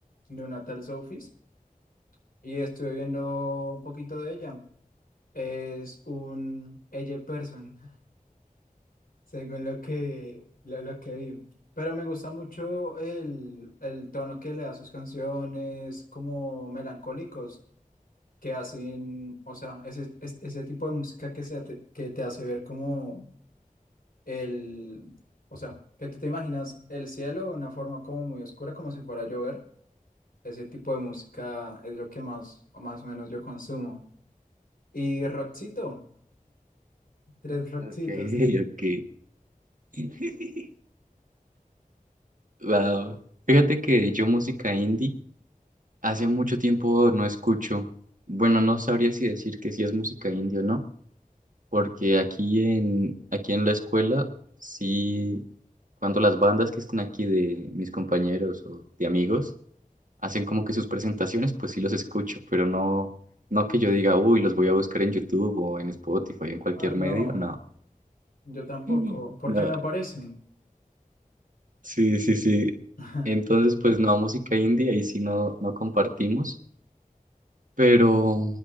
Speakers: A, on the left; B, on the right.
A: de una tal Sofis y estuve viendo un poquito de ella. Es un Elle person, <laughs> según lo que, lo, lo que vi. Pero me gusta mucho el, el tono que le da a sus canciones, como melancólicos, que hacen, o sea, ese, es- ese tipo de música que, se, te- que te hace ver como el, o sea, que tú te imaginas el cielo de una forma como muy oscura, como si fuera a llover. Ese tipo de música es lo que más, más o menos yo consumo. Y rockcito, tres rockcitos.
B: Ok, ok. <laughs> Wow. Fíjate que yo música indie hace mucho tiempo no escucho. Bueno, no sabría si decir que sí es música indie o no Porque aquí en, aquí en la escuela, sí, cuando las bandas que están aquí de mis compañeros o de amigos hacen como que sus presentaciones, pues sí los escucho, pero no, no que yo diga, uy, los voy a buscar en YouTube o en Spotify o en cualquier
A: Ah, no,
B: medio, no.
A: yo tampoco,
B: Mm.
A: porque
B: No.
A: me aparecen.
B: Sí, sí, sí.
A: <laughs>
B: Entonces, pues no, música indie, ahí sí no, no compartimos. pero